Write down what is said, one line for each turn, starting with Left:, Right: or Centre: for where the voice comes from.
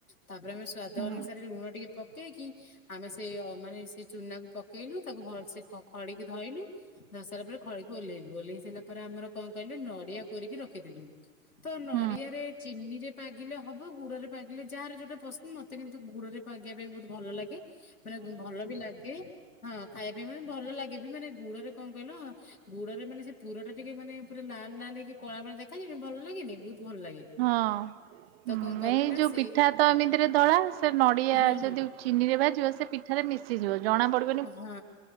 Left: ତାପରେ ଆମେ ସ୍ଵାଦ
Right: ହୁଁ
Left: ଅନୁସାରେ ଲୁଣ ଟିକେ ପକେଇକି। ଆମେ ସେ ମାନେ ସେ ଚୁନାକୁ ପକେଇଲୁ ତାକୁ ଭଲସେ ଖଡିକି ଧୋଇଲୁ। ଧ ସାରିଲା ପରେ ଖଳିକି ଓହ୍ଲେଇଲୁ ଓହ୍ଲେଇ ସାରିଲ ପରେ ଆମର କଣ କହିଲୁ ନଡିଆ କରିକି ରଖିଥିଲୁ। ତ ନଡିଆରେ
Right: ହୁଁ
Left: ଚିନି ରେ ପାଗିଲେ ହବ ଗୁଡ ରେ ପାଗିଲେ ଯାହାର ଯୋଉଟା ପସନ୍ଦ ମତେ କିନ୍ତୁ ଗୁଡ ରେ ପାଗିଲେ- ପାଗିବା ପାଇଁ ବହୁତ ଭଲ ଲାଗେ ମାନେ ଭଲ ବି ଲାଗେ। ହଁ ଖାଇବା ପାଇଁ ମାନେ ଭଲ ଲାଗେ ବି ମାନେ ଗୁଡରେ କଣ କହିଲ ଗୁଡରେ ମାନେ ସେ ପୁର ଟା ଟିକେ ମାନେ- ପୁରା ଲାଲ ଲାଲ ହେକି କଳାବେଳେ ଦେଖାଯିବନଣି ଭଲ ଲାଗେନି ବହୁତ ଭଲ ଲାଗେ।
Right: ହଁଁ
Left: ତ କଣ କଲି
Right: ଏଇ
Left: ନା
Right: ଯୋଉ
Left: ସେଇ
Right: ପିଠା ତ ଏମିତିରେ ଧଳା ସେ ନଡିଆ
Left: ହୁଁ
Right: ଯଦି- ଚିନି ରେ ବା ଯିବ ସେ ପିଠାରେ ମିଶି ଯିବ ଜଣା ପଡ-
Left: ହଁ